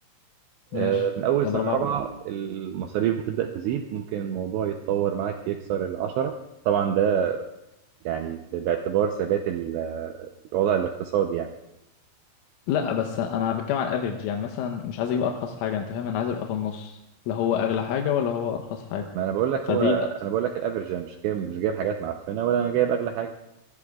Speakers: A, on the left; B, on the right.
A: ماشي
B: آه، من أول
A: طب
B: سنة
A: ربعة
B: رابعة المصاريف بتبدأ تزيد ممكن الموضوع يتطور معاك يكسر العشرة طبعا ده يعني ب- باعتبار ثبات ال- الوضع الاقتصادي يعني
A: لا بس انا بتكلم على الافريج يعني مثلا مش عايز اجيب ارخص حاجه انت فاهم انا عايز ابقى في النص لا هو اغلى حاجه ولا هو ارخص حاجه
B: ما أنا بقول لك
A: فدي
B: هو
A: لا
B: أنا بقول لك الأفرج أنا مش جايب مش جايب حاجات معفنة ولا أنا جايب أغلى حاجة